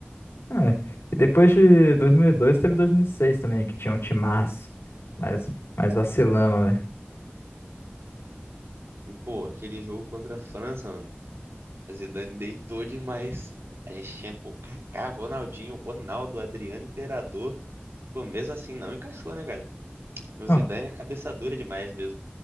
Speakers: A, on the left (about 80°); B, on the right (about 75°).
A: É. E depois de 2002, teve 2006 também, que tinha um timaço. Mas, mas vacilamos, velho.
B: E, pô, aquele jogo contra a França, mano. A Zidane deitou demais. A gente tinha, pô, Kaká, Ronaldinho, Ronaldo, Adriano Imperador. Pô, mesmo assim não encaixou, né, cara? O
A: Não,
B: Zidane é cabeça dura demais mesmo.